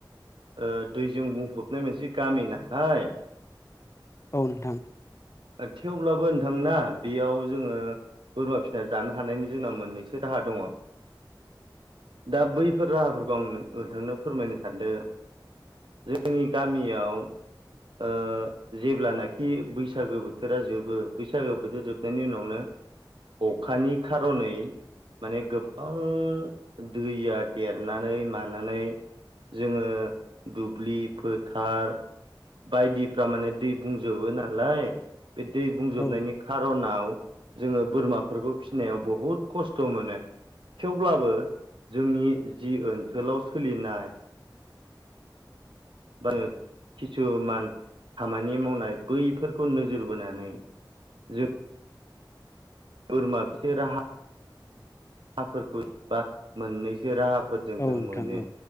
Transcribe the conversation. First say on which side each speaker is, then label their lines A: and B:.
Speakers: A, on the right; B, on the left.
A: ओ दैजों बुंफबनाय मोनसे गामि नालाय
B: औ नोंथां
A: थेवब्लाबो नोंथांना बेयाव जोङो बोरमा फिसिना जानो हानायनि जोंना मोननैसो राहा दङ' दा बैफोर राहाफोरखौ आं नो नोंथांनो फोरमायनो सानदो जोंनि गामियाव ओ जेब्लानाखि बैस सागो बोथोरा जोबो बैसागो बोथोर जोबनायनि उनावनो अखानि खार'नै माने गोबां दैया देरनानै मानानै जोङो दुब्लि फोथार बायदिफ्रा माने दै बुंजोबो नालाय बे दै बुंजोबनायनि
B: औ
A: खारनाव जोङो बोरमाफोरखौ फिसिनायाव बहुद खसथ' मोनो थेवब्लाबो जोंनि ओनसोलाव जि ओनसोलाव सोलिनाय <unintelligible> खिसुमान खामानि मावनाय बैफोर खौ नोजोर बोनानै जों बोरमा जे राहा राहाफोरखौ बा मोननैसो राहा फोरजों
B: नोंथां
A: जों मोनो
B: औ